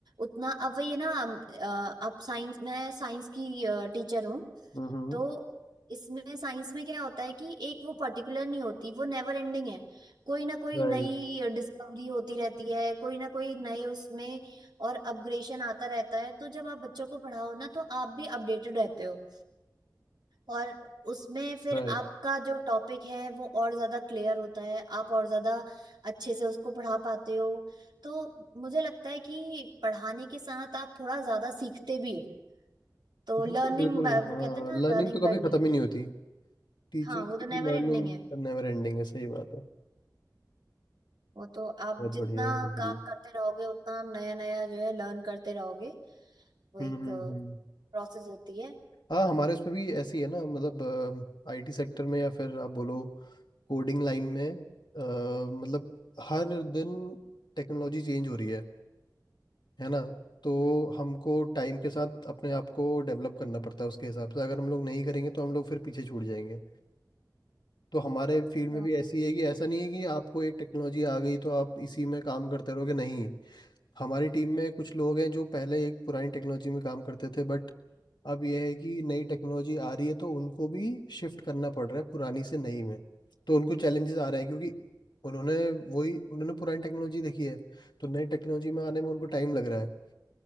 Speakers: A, on the right; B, on the left.
A: उतना अब वही है ना अम, अ, आप साइंस मैं साइंस की टीचर हूँ
B: हम्म
A: तो इसमें साइंस में क्या होता है कि एक वो पर्टिकुलर नहीं होती वो नेवर एंडिंग है कोई ना कोई
B: राइट
A: नई डिस्कवरी होती रहती है कोई ना कोई नए उसमें और अपग्रेडेशन आता रहता है तो जब आप बच्चों को पढ़ाओ ना तो आप भी अपडेटेड रहते हो और उसमें फिर
B: राइट
A: आपका जो टॉपिक है वो और ज्यादा क्लियर होता है आप और ज्यादा अच्छे से उसको पढ़ा पाते हो तो मुझे लगता है कि पढ़ाने के साथ आप थोड़ा ज्यादा सीखते भी हो तो
B: बिल्कुल
A: लर्निंग
B: बिल्कुल
A: बाय वो
B: हाँ
A: कहते हैं ना
B: लर्निंग
A: लर्निंग
B: तो
A: बाय
B: कभी ख़त्म ही नहीं होती टीचर्स
A: हाँ वो
B: की
A: तो
B: तो
A: नेवर
B: लर्निंग
A: एंडिंग है
B: नेवर एंडिंग है सही बात है
A: वो तो आप
B: बहुत
A: जितना
B: बढ़िया बहुत बढ़िया
A: काम करते रहोगे उतना आप नया नया जो है लर्न करते रहोगे वो
B: हम्म
A: एक
B: हम्म
A: प्रोसेस
B: हम्म।
A: होती है
B: हाँ हमारे इसमें भी ऐसी है ना मतलब आईटी सेक्टर में या फिर आप बोलो कोडिंग लाइन में अ, मतलब हर दिन टेक्नोलॉजी चेंज हो रही है है ना तो हमको टाइम के साथ अपने आप को डेवलप करना पड़ता है उसके हिसाब से अगर हम लोग नहीं करेंगे तो हम लोग फिर पीछे छूट जाएंगे तो हमारे फील्ड
A: हाँ
B: में भी ऐसी है कि ऐसा नहीं है कि आपको एक टेक्नोलॉजी आ गई तो आप इसी में काम करते रहोगे नहीं हमारी टीम में कुछ लोग हैं जो पहले एक पुरानी टेक्नोलॉजी में काम करते थे बट अब यह है कि नई टेक्नोलॉजी आ रही है तो उनको भी शिफ्ट करना पड़ रहा है पुरानी से नई में तो उनको चैलेंजेस आ रहे हैं क्योंकि उन्होंने वही उन्होंने पुरानी टेक्नोलॉजी देखी है तो नई टेक्नोलॉजी में आने में उनको टाइम लग रहा है